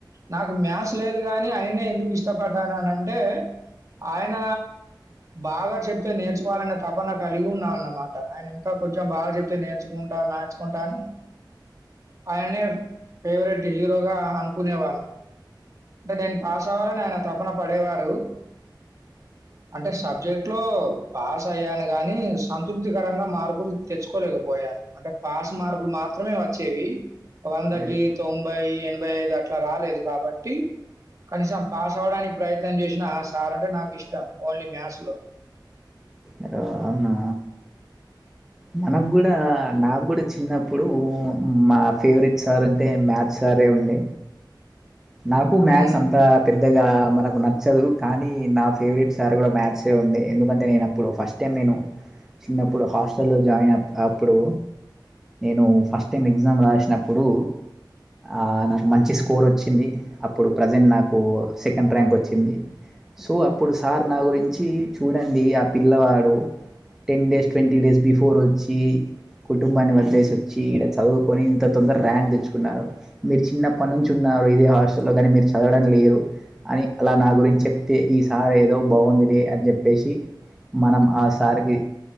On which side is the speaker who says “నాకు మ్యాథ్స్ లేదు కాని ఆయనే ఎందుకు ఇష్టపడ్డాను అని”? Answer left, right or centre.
Right